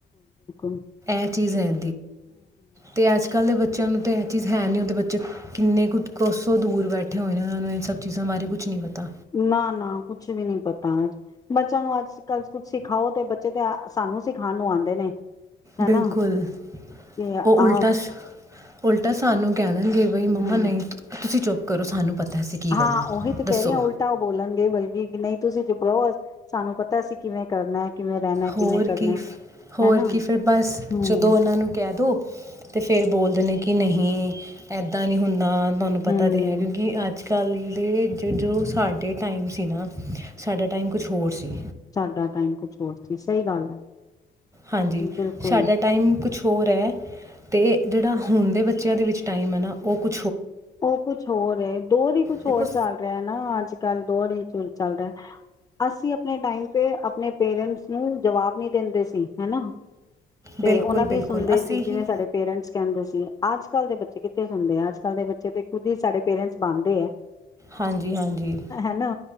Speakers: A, on the left (about 20°); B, on the right (about 15°).
A: ਹਮ
B: ਇਹ ਚੀਜ਼ ਹੈ ਤੇ ਅਜ ਕੱਲ੍ਹ ਦੇ ਬੱਚੇ ਬੱਚਿਆਂ ਨੂੰ ਤਾਂ ਇਹ ਚੀਜ਼ ਹੈ ਨਹੀਂ ਹੁੰਦੇ ਬੱਚੇ ਕਿੰਨੇ ਕੁ ਕੁ ਸੋਂ ਦੂਰ ਬੈਠੇ ਹੋਏ ਨੇ ਉਹਨਾਂ ਨੂੰ ਇਹ ਸਭ ਚੀਜ਼ਾਂ ਬਾਰੇ ਕੁਛ ਨਹੀਂ ਪਤਾ
A: ਨਾ ਨਾ ਕੁਛ ਵੀ ਨੀ ਪਤਾ ਬੱਚਿਆਂ ਨੂੰ ਅੱਜ ਕੱਲ ਕੁਛ ਸਿਖਾਓ ਤੇ ਬੱਚੇ ਤੇ ਸਾਨੂੰ ਸਿਖਾਉਣ ਨੂੰ ਆਉਂਦੇ ਨੇ ਹਨਾ
B: ਬਿਲਕੁਲ
A: ਕਿ ਆਹ
B: ਉਹ ਉਲਟਾ ਉਲਟਾ ਸਾਨੂੰ ਕਹਿ ਦੇਣਗੇ ਬਈ ਮੰਮਾ
A: ਹੂੰ
B: ਨਹੀਂ ਤੁਸੀਂ ਚੁੱਪ ਕਰੋ ਸਾਨੂੰ ਪਤਾ ਅਸੀਂ ਕੀ ਕਰਨਾ
A: ਹਾਂ ਉਹੀ ਤੇ ਕਹਿ
B: ਦੱਸੋ
A: ਰਹੀ ਹ ਉਲਟਾ ਉਹ ਬੋਲਣਗੇ ਬਲਕਿ ਕਿ ਨਹੀਂ ਤੁਸੀਂ ਚੁੱਪ ਰਹੋ ਸਾਨੂੰ ਪਤਾ ਅਸੀਂ ਕਿਵੇਂ ਕਰਨਾ ਕਿਵੇਂ ਰਹਿਣਾ
B: ਹੋਰ
A: ਕਿਵੇਂ ਕਰਨਾ
B: ਕੀ ਹੋਰ
A: ਹਨਾ
B: ਕੀ ਫਿਰ ਬਸ
A: ਹੂੰ
B: ਜਦੋਂ ਉਹਨਾਂ ਨੂੰ ਕਹਿ ਦੋ ਤੇ ਫੇਰ ਬੋਲਦੇ ਨੇ ਕਿ ਨਹੀਂ ਏਦਾਂ ਨੀ ਹੁੰਦਾ ਤੁਹਾਨੂੰ ਪਤਾ
A: ਹੂੰ
B: ਤੇ ਹੈ ਕਿਉਂਕਿ ਅੱਜ ਅੱ ਕੱਲ੍ਹ ਦੇ ਜ ਜੋ ਸਾਡੇ ਟਾਈਮ ਸੀ ਨਾ ਸਾਡਾ ਟਾਈਮ ਕੁਛ ਹੋਰ ਸੀ
A: ਸਾਡਾ ਟਾਈਮ ਕੁਛ ਹੋਰ ਸੀ ਸਹੀ ਗੱਲ ਹੈ
B: ਹਾਂਜੀ
A: ਬਿਲਕੁਲ
B: ਸਾਡਾ ਟਾਈਮ ਕੁਛ ਹੋਰ ਹੈ ਤੇ ਜਿਹੜਾ ਹੁਣ ਦੇ ਬੱਚਿਆਂ ਦੇ ਵਿੱਚ ਟਾਈਮ ਹੈ ਨਾ ਉਹ ਕੁ
A: ਉਹ ਕੁੱਛ ਹੋਰ ਹੈ ਦੋ ਹੀ ਕੁਛ ਹੋਰ
B: ਦੇਖੋ
A: ਚੱਲ ਰਿਹਾ ਨਾ ਅੱਜ ਗੱਲ ਦੋ ਹੀ ਚ ਚੱਲਦਾ ਅਸੀਂ ਆਪਣੇ ਟਾਈਮ ਤੇ ਆਪਣੇ ਪੇਰੈਂਟਸ ਨੂੰ ਜਵਾਬ ਨਹੀਂ ਦਿੰਦੇ ਸੀ ਹਨਾ ਤੇ
B: ਬਿਲਕੁਲ
A: ਉਹਨਾਂ ਦੀ
B: ਬਿਲਕੁਲ
A: ਸੁਣਦੇ
B: ਅਸੀਂ
A: ਸੀ ਜਿਵੇਂ
B: ਹੀ
A: ਸਾਡੇ ਪੇਰੈਂਟਸ ਕਹਿੰਦੇ ਸੀ ਅੱਜ ਕੱਲ ਦੇ ਬੱਚੇ ਕਿੱਥੇ ਸੁਣਦੇ ਆ ਅੱਜ ਕੱਲ ਦੇ ਬੱਚੇ ਖੁਦ ਹੀ ਸਾਡੇ ਪੇਰੈਂਟਸ ਬਣਦੇ ਹੈ
B: ਹਾਂਜੀ ਹਾਂਜੀ
A: ਹਨਾ